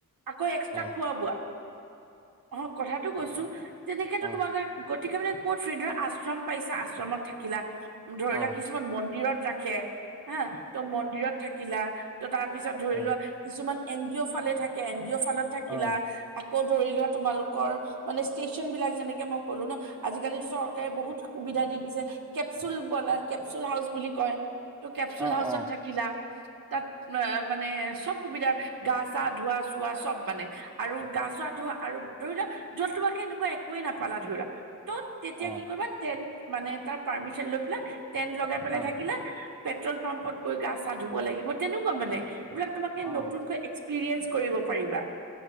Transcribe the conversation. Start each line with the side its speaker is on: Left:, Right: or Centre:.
Right: আকৌ এক্সট্ৰা
Centre: অ
Right: খোৱা বোৱা অ কথাতটো কৈছো তেনেকেতো
Centre: অ
Right: তোমাৰ গতিকে মানে ক'ত ফ্ৰে ধৰা আশ্ৰম পাইছো আশ্ৰমত থাকিলা ধৰি
Centre: অ
Right: লোৱা কিছুমান মন্দিৰত ৰাখে হা ত মন্দিৰত থাকিলা ত তাৰপিছত ধৰি
Centre: অ
Right: লোৱা কিছুমান এন জি অ' ফালে থাকে এন জি অ' ফালত থাকিলা
Centre: অ
Right: আকৌ ধৰি লোৱা তোমালোকৰ মানে ষ্টেচন বিলাক যেনেকে মই ক'লো ন আজিকালিতটো চৰকাৰে বহুত সুবিধা দিছে কেপচুল বন কেপচুল হাউচ বুলি কয় ত কেচুল
Centre: অ অ
Right: হাউচ <unintelligible> আৰু গা চা ধোৱা আৰু ধৰি লোৱা যত তোমাকে এনেকুৱা একোৱয়ে নাপালা ধৰি লোৱা ত' তেতিয়া
Centre: অ
Right: কি কৰিবা টেণ্ট মানে তাৰ পাৰ্মিশন লৈ পেলাই টেন্ট লগাই পেলাই
Centre: অ
Right: থাকিলে পেট্ৰল পাম্পত গৈ গা চা ধুব লাগিব তেনেকুৱা মানে এইবিলাক তোমাকে
Centre: অ
Right: নতুনকৈ এক্ এক্সপিৰিয়েন্ঞ্চ কৰিব পাৰিবা।